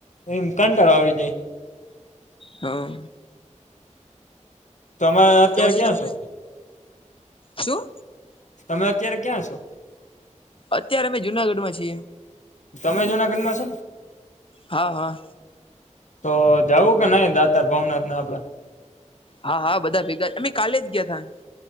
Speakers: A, on the left; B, on the left.
A: એમ કંટાર આવી જાય
B: હા
A: તમે અત્યારે
B: તો પછી
A: ક્યાં
B: તમારે
A: છો
B: શું?
A: તમે અત્યારે ક્યાં છો?
B: અત્યારે મે જુનાગઢ માં છીએ
A: તમે જુનાગઢ માં છો
B: હા હા
A: તો દવું કે નઈ દાતાર ભાવનાથ ને આપડે
B: હા હા બધા ભેગા અમે કાલે જ ગયા તા